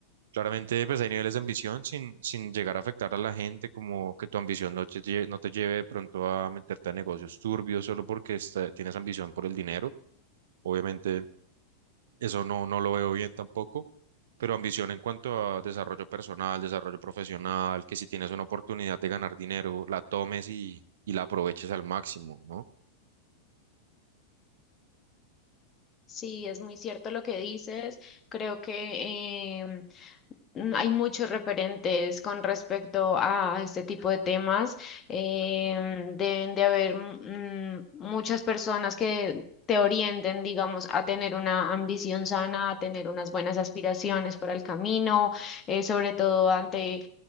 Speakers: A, on the right; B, on the left.
A: Claramente, pues hay niveles de ambición sin, sin llegar a afectar a la gente, como que tu ambición no te, lle- no te lleve de pronto a meterte a negocios turbios solo porque esta- tienes ambición por el dinero. Obviamente eso no, no lo veo bien tampoco, pero ambición en cuanto a desarrollo personal, desarrollo profesional, que si tienes una oportunidad de ganar dinero, la tomes y, y la aproveches al máximo, ¿no?
B: Sí, es muy cierto lo que dices. Creo que... em, mm, Hay muchos referentes con respecto a este tipo de temas. em, deben de haber mm, muchas personas que te orienten, digamos, a tener una ambición sana, a tener unas buenas aspiraciones para el camino, eh, sobre todo ante